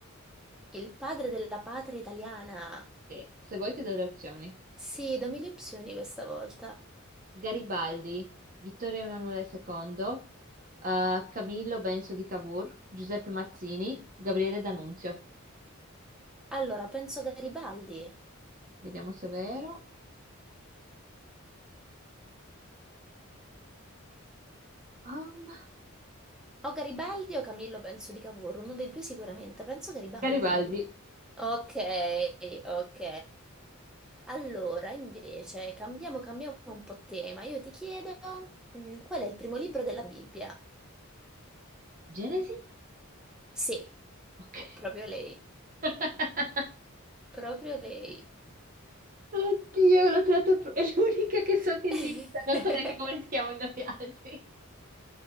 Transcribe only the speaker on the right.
Sì, se vuoi ti do le opzioni.
Garibaldi, Vittorio Emanuele II, eh, Camillo Benso di Cavour, Giuseppe Mazzini, Gabriele D'Annunzio.
Vediamo se è vero. Um,
Garibaldi.
Genesi?
Ok.
<laughs>
Oddio, l'ho tirata pro- è l'unica che so che esista,
non so neanche come si chiamano gli altri.